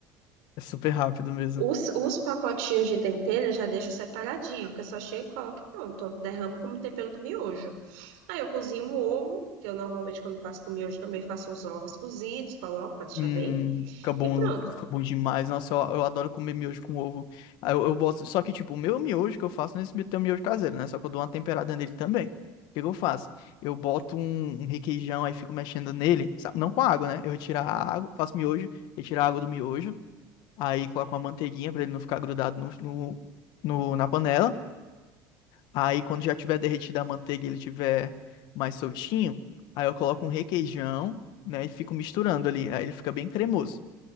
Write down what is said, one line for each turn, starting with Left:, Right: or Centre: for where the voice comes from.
Left: É super rápido mesmo.
Right: Os, os pacotinhos de tempero eu já deixo separadinho, que eu só chego e coloco e pronto. Derramo como tempero do miojo. Aí eu cozinho um ovo, que eu normalmente quando faço com miojo também faço uns ovos cozidos, coloco pra deixar
Left: Hum,
Right: bem.
Left: fica bom,
Right: E pronto.
Left: fica bom demais. Nossa, eu, eu adoro comer miojo com ovo. Aí eu, eu boto, só que, tipo, o meu miojo que eu faço nesse é esse meu- tem um miojo caseiro, né? Só que eu dou uma temperada nele também. O que que eu faço? Eu boto um, um requeijão, aí fico mexendo nele, sa- não com água, né? Eu retiro a água, faço miojo, retiro a água do miojo, aí coloco uma manteiguinha pra ele não ficar grudado no, no, no- na panela. Aí quando já tiver derretida a manteiga e ele tiver mais soltinho, aí eu coloco um requeijão, né? E fico misturando ali, aí ele fica bem cremoso.